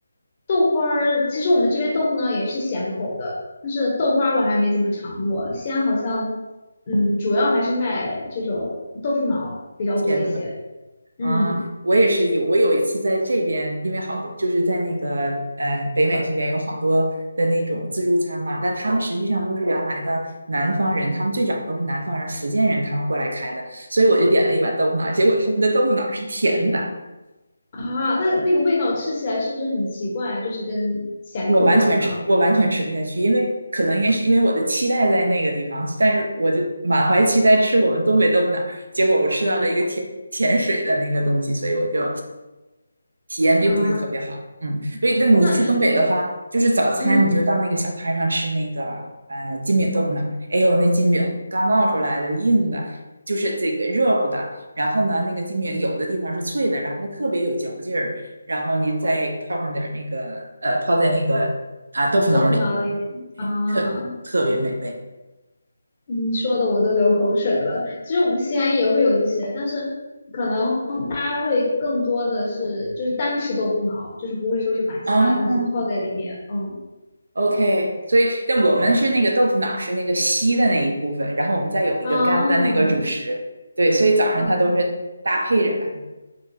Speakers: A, on the left; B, on the right.
A: 豆花儿，其实我们这边豆腐脑也是咸口的，但是豆花儿我还没怎么尝过，西安好像，嗯，主要还是卖这种豆腐脑比较多一些，
B: 甜口儿
A: 嗯。
B: 啊。我也是有，我有一次在这边，因为好多就是在那个呃北美这边有好多的那种自助餐嘛，但他们实际上都是原来的南方人，他们最早都是南方人、福建人他们过来开的，所以我就点了一碗豆腐脑儿结果他们的豆腐脑儿是甜的，
A: 啊，那那个味道吃起来是不是很奇怪？就是跟咸口豆腐脑
B: 我完全吃，我完全吃不下去，因为可能应该是因为我的期待在那个地方，但是我就满怀期待吃我们东北豆腐脑儿，结果我吃到了一个甜甜水的那个东西，所以我就体验并不是特别好。
A: 啊，
B: 嗯，所以那你去东北的话，
A: 那它
B: 就是早餐你就到那个小摊儿上吃那个呃金饼豆腐脑儿，
A: 嗯，
B: 哎呦那金饼刚烙出来的硬的，就是这个热乎的，然后呢那个金饼有的地方是脆的，然后还特别有嚼劲儿。然后你再泡上点那个呃，泡在那个啊豆腐脑里，
A: 豆腐脑里面啊，
B: 特特别美味。
A: 你说的我都流口水了。其实我们西安也会有这些，但是可能大家会更多的是就是单吃豆腐脑，就是不会说是把其他的东西泡在里面。
B: 啊
A: 嗯
B: o k 所以但我们是那个豆腐脑是那个稀的那一部分，然后我们再有一个干的那个主食，
A: 啊。
B: 对，所以早上它都是搭配着来。
A: 啊